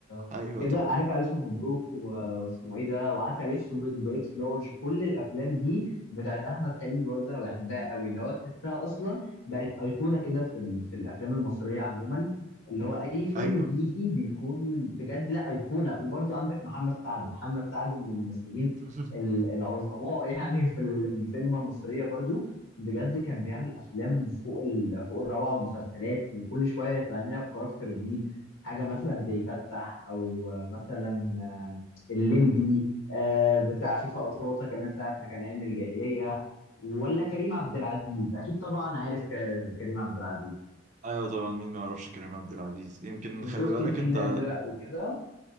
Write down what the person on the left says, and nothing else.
وكده
عارف ألف مبروك و- واسمه إيه ده وعسل أسود وإكس لارج كل الأفلام دي بتاعت أحمد حلمي برضه أنا بحبها قوي اللي هو تحسها أصلا بقت أيقونة كده في ال- في الأفلام المصرية عموما اللي هو أي فيلم
بيجي بيكون بجد لا أيقونة وبرضه عندك محمد سعد محمد سعد من الممثلين
ال- العظماء <laughs> يعني في ال- في السينما المصرية برضه بجد كان بيعمل افلام فوق ال... فوق الروعه ومسلسلات وكل شويه يطلع لنا بكاركتر جديد حاجه مثلا زي تتح او مثلا آه، الليمبي آه، بتاع فيفا قطاطا كمان ساعه ما كان ايام الجاهليه ولا كريم عبد العزيز اكيد طبعا عارف ك- كريم عبد العزيز
وشفت
الفيل
الازرق وكده